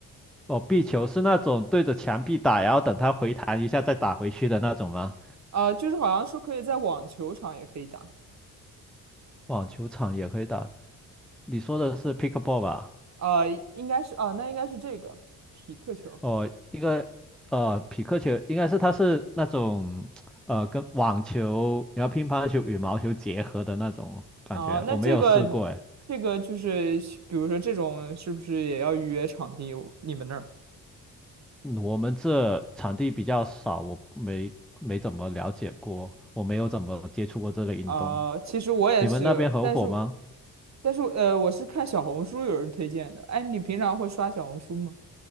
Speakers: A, in the centre; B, on the right.
A: 哦，壁球是那种对着墙壁打，然后等它回弹一下再打回去的那种吗？
B: 啊，就是好像说可以在网球场也可以打，
A: 网球场也可以打。你说的是 pickleball 吧？
B: 啊，应该是啊，那应该是这个匹克球。
A: 哦，一个呃匹克球，应该是它是那种呃跟网球、然后乒乓球、羽毛球结合的那种感觉，
B: 啊，那这个这个就是比如说这种是不是也要预约场地？
A: 我没有试过哎。
B: 你们那儿？
A: 嗯我们这场地比较少，我没没怎么了解过，我没有怎么接触过这类运动。
B: 啊，其实我也是，
A: 你们那边很火吗？
B: 但是但是呃，我是看小红书有人推荐的。哎，你平常会刷小红书吗？